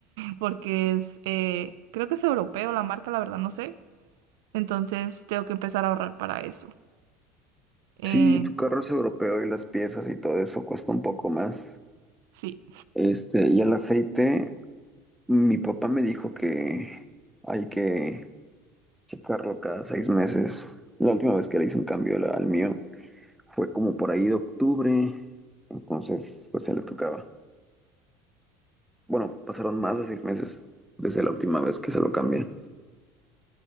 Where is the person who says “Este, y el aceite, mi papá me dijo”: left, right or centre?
Centre